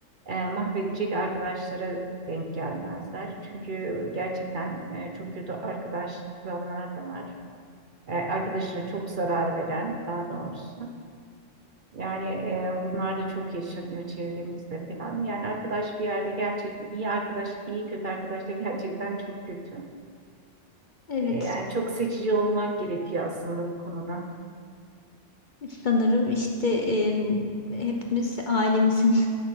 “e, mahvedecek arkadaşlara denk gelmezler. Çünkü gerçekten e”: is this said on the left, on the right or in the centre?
Right